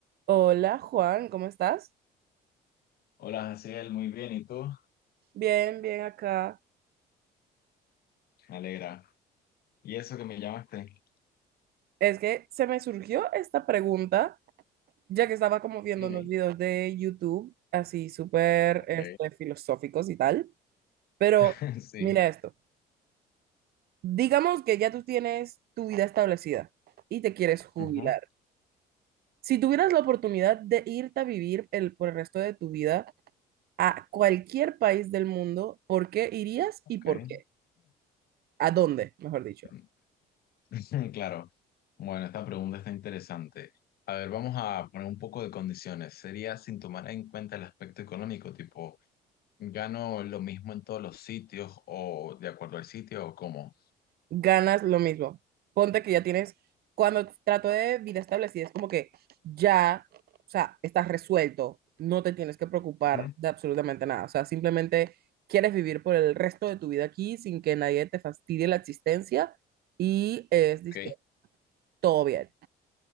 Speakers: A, on the right (about 65°); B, on the left (about 65°).
A: Hola Juan, ¿cómo estás?
B: Hola, Jaciel, muy bien, ¿y tú?
A: Bien, bien acá.
B: Me alegra. ¿Y eso que me llamaste?
A: Es que se me surgió esta pregunta, ya que estaba como viendo
B: Dime.
A: unos videos de YouTube, así súper
B: Ok.
A: este, filosóficos y tal. Pero
B: <laughs> Sí.
A: mira esto, digamos que ya tú tienes tu vida establecida y te quieres jubilar.
B: Ujú,
A: Si tuvieras la oportunidad de irte a vivir el, por el resto de tu vida a cualquier país del mundo, ¿por qué irías
B: Ok.
A: y por qué? ¿A dónde, mejor dicho?
B: <laughs> Claro. Bueno, esta pregunta está interesante. A ver, vamos a poner un poco de condiciones. Sería sin tomar en cuenta el aspecto económico, tipo, ¿gano lo mismo en todos los sitios o de acuerdo al sitio o cómo?
A: ganas lo mismo. Ponte que ya tienes, cuando trato de vida establecida, es como que ya, o sea, estás resuelto, no te tienes que preocupar
B: Ujú,
A: de absolutamente nada, o sea, simplemente quieres vivir por el resto de tu vida aquí sin que nadie te fastidie la existencia y es,
B: Ok.
A: dizque, todo bien.